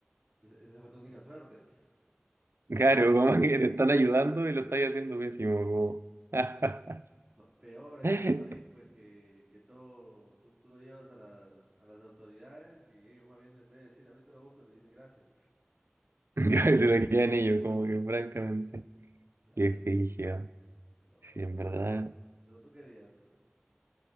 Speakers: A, on the right; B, on the right.
A: Esa esa fue tu única suerte.
B: Claro, como que te están ayudando y lo estáis haciendo pésimo. Como... <laughs>
A: ma- peor en
B: <laughs>
A: este país, pues que, que todo tú, tú lo llevas a las, a las autoridades y ellos más bien en vez de decir ahorita lo busco, te dicen gracias.
B: <laughs> Se lo quedan ellos, como que francamente.
A: Claro,
B: Qué frigio.
A: no,
B: Sí, en
A: no,
B: verdad.
A: no. Pero, pero tú querías, eh,